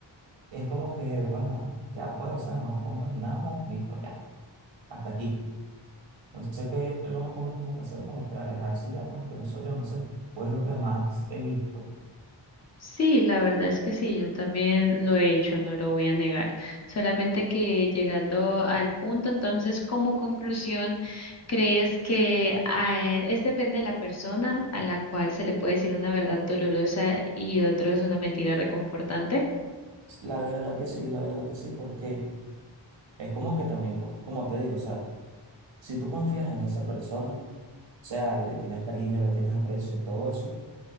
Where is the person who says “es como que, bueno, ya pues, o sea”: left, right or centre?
Right